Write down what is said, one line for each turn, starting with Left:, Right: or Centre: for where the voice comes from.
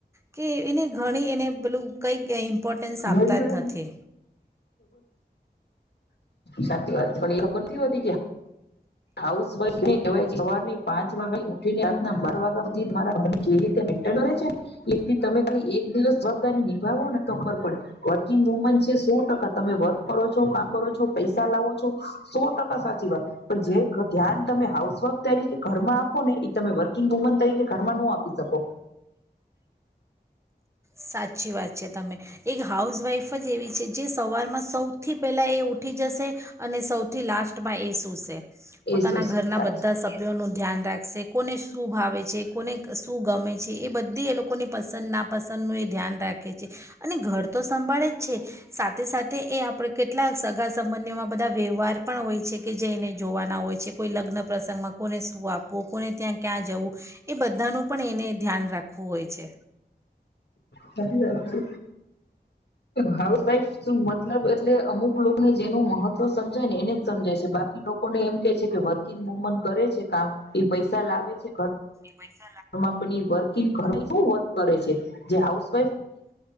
Right: કે એને ઘણી એને પેલું કંઈક કંઈ ઇમ્પોર્ટન્સ આપતા
Left: વેલ્યુ
Right: જ નથી.
Left: સાચી વાત પણ એ ખબર નથી હોતી કે હાઉસ વા ન ક સવારની પાંચ વાગ્યા ઉઠીનેના બાર વાગ્યા સુી મારા કેવી રીતે મેન્ટન કરે છેી તમે ખાલી એક દિવસ જવાબદારી નિભાવો ને તો ખબર પડે વર્કિંગ વુમન છે સો ટકા તમે વર્ક કરો છો કામ કરો છો પૈસા લાવો છો સો ટકા સાચી વાત ધ્યાન તમે હાઉસવાઇફ તરીકે ઘરમાં આપો ને એ તમે વર્કિંગ વુમન તરીકે ઘરમાંનું આપી શકો
Right: સાચી વાત છે તમે એક હાઉસવાઈફ જ એવી છે જે સવાર માં સૌ સથી પેલા એ ઉઠી જશે અને સૌથી લાસ્ટમાં એ શૂ છે પોતાના
Left: એ શું
Right: ઘરના
Left: સાચી
Right: બધા સભ્યોનો ધ્યાન રાખશે કોને શું ભાવે છે કોને શું ગમે છે એ બધી એ લોકોની પસંદ ના પસંદનું એ ધ્યાન રાખે છે અને ઘર તો સંભળે જ છે સાથે સાથે એ આપણે કેટલા સગા સંબંધીઓમાં બધા વ્યવહાર પણ હોય છે કે જે એને જોવાના હોય છે કોઈ લગ્ન પ્રસંગમાં કોને શું આપવું કોને ત્યાં ક્યાં જવું એ બધા બધાનું પણ એને ધ્યાન રાખવું હોય છે
Left: બ વા છે હાઉસવાઈફ શું મતલબ એટલે અમુક લોકોને જેનું મહત્વ સમજાય ને એને જ સમજાય છે બા લોકોને એમ કે છે કે વર્ ન બમન કરે છે કામ એ પૈસા લાવે છે
Right: પૈસા
Left: ઘ પણ વર્કિંગ કર શ વર્ક કરે છે જે હાઉસ <inaudible>